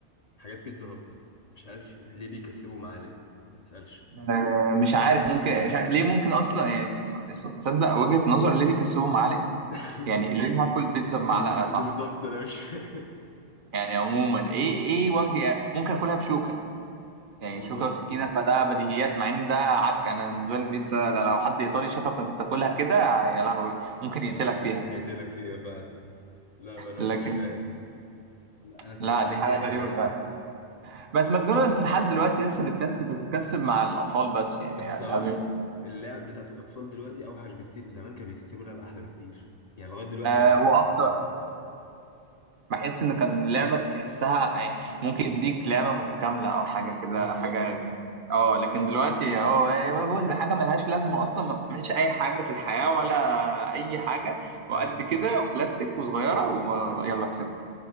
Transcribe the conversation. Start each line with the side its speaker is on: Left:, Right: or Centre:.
Left: حاجات بيتزا هات مش عارف ليه بيكسبوا معالق ما تسألش
Right: أيوه. آه، مش عارف ممكن شا... ليه ممكن اصلا يعني ص- تصدق وجهة نظر ليه بيكسبوا معلقه
Left: <laughs>
Right: يعني ليه <laughs> هاكل بيتزا بمعلقه
Left: بيتزا
Right: صح
Left: بالظبط انا مش فاهم
Right: يعني عموما ايه ايه وجه ممكن اكلها بشوكه يعني
Left: <laughs> بالظبط
Right: شوكه وسكينه فده بديهيات مع ان ده عك انا بالنسبه لي البيتزا لو حد ايطالي شافك وانت بتاكلها كده يا لهوي ممكن
Left: اه
Right: يقتلك فيها
Left: هقتلك فيها فعلا لا ما انا
Right: لكن
Left: مش فاهم انا
Right: لا
Left: عندي
Right: دي حاجه
Left: يعني
Right: غريبه
Left: معلقه
Right: فعلا بس ماكدونالدز لحد دلوقتي لسه بتكسب بس بتكسب مع الاطفال بس يعني
Left: بس صراحه
Right: الهابي
Left: اللعب بتاعت الاطفال دلوقتي اوحش بكتير زمان كانوا بيكسبوا لعب احلى بكتير يعني لغايه دلوقتي
Right: آه
Left: عندي
Right: واكتر بحس ان كان اللعبه بتحسها يعني ممكن يديك لعبه متكامله او حاجه كده
Left: بالظبط
Right: حاجه اه لكن دلوقتي آه، هو بفوز بحاجه ملهاش لازمه اصلا ما بتعملش اي حاجه في الحياه ولا اي حاجه وقد
Left: ايوه
Right: كده وبلاستيك وصغيره ويلا كسبت